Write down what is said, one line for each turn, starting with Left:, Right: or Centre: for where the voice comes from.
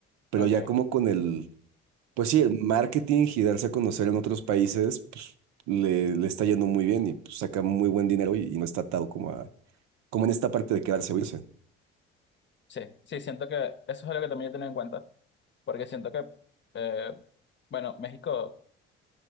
Right: pero
Left: ok.
Right: ya como con el, pues sí, el marketing y darse a conocer en otros países, pues le, le está yendo muy bien y pues, saca muy buen dinero y, y no está atado como a, como en esta parte de quedarse o irse.
Left: Sí, sí, siento que eso es algo que también he tenido en cuenta, porque siento que, eh, bueno, México